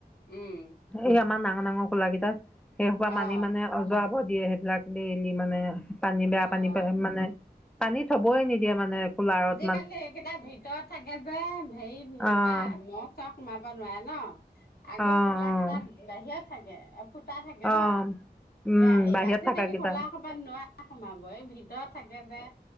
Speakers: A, on the left; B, in the centre.
A: উম,
B: এই আমাৰ নাম ডাঙৰ ডাঙৰ কোলাৰ কেইটাত সেই সোপা
A: অ',
B: পানী মানে অজৰাব দিয়ে। সেইবিলাক ডেইলী মানে পানী বেয়া
A: অ'।
B: পানী পানী মানে পানী থ'বই নিদিয়ে মানে কোলাৰত।
A: ধেৎতেৰি সেইকেইটা ভিতৰত থাকে যে হেৰি নাপায়
B: অঁ
A: মহ চহ সোমাব নোৱাৰে ন? আগৰ
B: অঁ
A: খলাকেইটা
B: অঁ
A: বাহিৰত থাকে ফুটা থাকে
B: অঁ
A: ন?
B: উম
A: সেয়া
B: বাহিৰত
A: আজিকালি
B: থাকাকেইটা
A: কোলা সোপাত নোৱাৰে সোমাব। এই ভিতৰত থাকে যে।